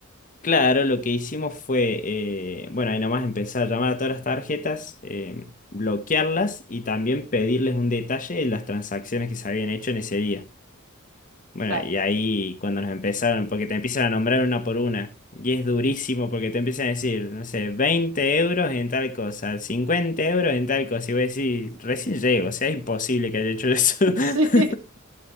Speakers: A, on the left; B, on the right.
A: Claro, lo que hicimos fue, eh, bueno, ahí nomás empezar a llamar a todas las tarjetas, eh, bloquearlas y también pedirles un detalle de las transacciones que se habían hecho en ese día. Bueno,
B: Claro.
A: y ahí cuando nos empezaron, porque te empiezan a nombrar una por una, y es durísimo porque te empiezan a decir, no sé, 20 euros en tal cosa, 50 euros en tal cosa, y voy a decir recién llego, o sea, es imposible que haya hecho eso.
B: <laughs>
A: <laughs>
B: Sí.